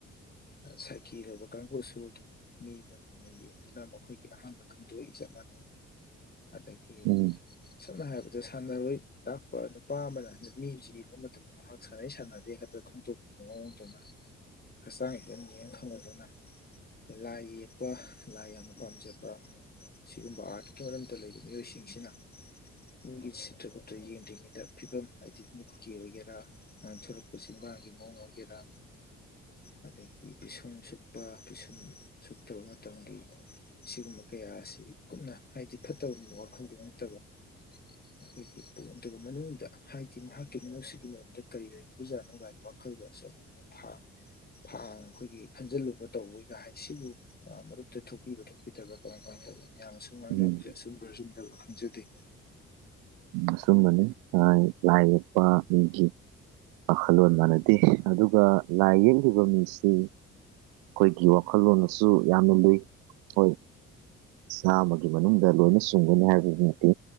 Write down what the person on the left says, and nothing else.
ꯁꯥꯏꯊꯤꯔꯕ ꯀꯥꯡꯕꯨꯁꯨ ꯑꯗꯨꯝ ꯃꯤ ꯃꯣꯏꯃꯅ ꯌꯦꯡꯗꯨꯅ ꯃꯈꯣꯏꯒꯤ ꯑꯍꯥꯟꯕ ꯈꯪ ꯏ ꯃꯅꯦ ꯑꯗꯒꯤ
ꯁꯝꯅ ꯍꯥꯏꯔꯕꯗ ꯁꯥꯟꯅꯔꯣꯏ ꯇꯥꯛꯄ ꯅꯨꯄꯥ ꯑꯃꯅ ꯅꯨꯄꯤꯁꯤꯒꯤ ꯃꯇꯝꯗ ꯃꯍꯥꯛ ꯁꯥꯟꯅꯩ ꯁꯥꯟꯅꯗꯦ ꯈꯛꯇ ꯈꯪꯗꯣꯛꯇꯨꯅ ꯃꯑꯣꯡꯗꯧꯅ ꯍꯛꯆꯥꯡꯒꯤ ꯑꯗꯨꯝ ꯌꯦꯡ ꯈꯪꯕꯗꯨꯅ ꯑꯩꯈꯣꯏ ꯂꯥꯏ ꯌꯦꯛꯄ ꯂꯥꯏ ꯌꯥꯝꯅ ꯄꯥꯝꯖꯕ ꯁꯤꯒꯨꯝꯕ ꯑꯥꯔꯠꯀꯤ ꯃꯔꯝꯗ ꯂꯩꯔꯤꯕ ꯃꯤꯑꯣꯏꯁꯤꯡꯁꯤꯅ ꯏꯒꯤ ꯁꯤꯇ꯭ꯔꯄꯇ ꯌꯦꯡꯗ꯭ꯔꯤꯉꯩꯗ ꯐꯤꯕꯝ ꯍꯥꯏꯗꯤ ꯀꯀꯤ ꯑꯣꯏꯒꯦꯔꯥ ꯉꯥꯡꯊꯣꯔꯛꯄ ꯆꯤꯟꯕꯥꯥꯡꯒꯤ ꯃꯑꯣꯡ ꯑꯣꯏꯒꯦꯔꯥ ꯑꯗꯒꯤ ꯄꯤꯁꯨꯝ ꯁꯛꯄ ꯄꯤꯁꯨꯝ ꯁꯛꯇꯕ ꯃꯇꯝꯒꯤ ꯁꯤꯒꯨꯝꯕ ꯀꯌꯥ ꯑꯁꯤ ꯀꯨꯞꯅ ꯍꯥꯏꯗꯤ ꯐꯠꯇꯕ ꯋꯥꯈꯜꯗ ꯅꯠꯇꯕ ꯑꯩꯈꯣꯏꯒꯤ ꯄꯣ ꯑꯗꯨꯒꯤ ꯃꯅꯨꯡꯗ ꯍꯥꯏꯗꯤ ꯃꯍꯥꯛ ꯀꯦꯃꯤꯅꯦꯜꯁꯤꯒꯤ ꯃꯔꯝꯗ ꯀꯔꯤ ꯂꯩꯔꯤꯕꯖꯥꯠꯅꯣ ꯀꯥꯏꯅ ꯋꯥꯈꯜꯗꯁꯦ ꯊꯥ ꯑꯩꯈꯣꯏꯒꯤ ꯈꯟꯖꯤꯜꯂꯨꯕ ꯇꯧꯕꯣꯏꯒ ꯍꯥꯏ ꯁꯤꯕꯨ ꯃꯔꯨꯞꯇ ꯊꯣꯛꯄꯤꯕ ꯊꯣꯛꯄꯤꯗ꯭ꯔꯒ ꯀꯃꯥꯏ ꯀ ꯃꯤꯌꯥꯝꯅꯁꯨꯨꯝ ꯉꯥꯡꯅꯕꯁꯦ
ꯑꯆꯨꯝꯕ ꯑꯁꯨꯝꯗꯕ ꯈꯪꯖꯗꯦ